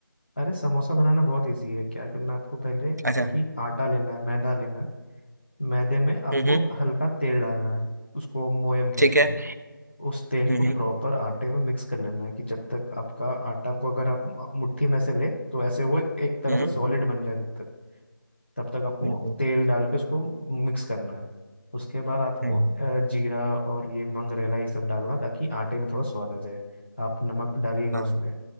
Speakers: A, on the left; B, on the right.
A: अरे समोसा बनाना बहुत इजी है क्या करना है आपको पहले
B: अच्छा
A: एक ही आटा लेना है मैदा लेना है मैदे में आपको
B: हम्म हम्म
A: हल्का तेल डालना है उसको मोयम कहते
B: ठीक है
A: हैं उस तेल
B: हम्म
A: को प्रॉपर आटे में मिक्स कर लेना है कि जब तक आपका आटा को अगर आप मुट्ठी में से ले तो ऐसे वो एक तरह
B: हम्म
A: से सॉलिड बन जाए तब तक तब तक आपको
B: हम्म हम्म
A: तेल डाल के उसको मिक्स करना है उसके बाद आपको
B: हम्म, हम्म,
A: अ, जीरा और ये मंगरेला ये सब डालना ताकि आटे में थोड़ा स्वाद आ जाए आप नमक डालिएगा
B: हाँ
A: उसमें